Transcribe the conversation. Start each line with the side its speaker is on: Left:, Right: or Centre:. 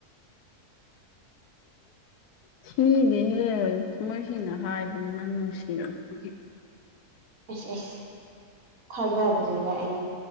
Right: <inaudible>
Left: ꯊꯤꯗ‌ꯦꯍꯦ ꯊꯃꯣꯏ ꯁ‌ꯦꯡꯅ ꯍꯥꯏꯕꯅꯤ ꯅꯪ ꯅꯨꯡꯁꯤꯔꯛꯄꯒꯤ
Right: ꯑꯦꯁ ꯑꯦꯁ ꯊꯥꯖꯗ꯭ꯔꯦꯗ ꯑꯩꯗꯤ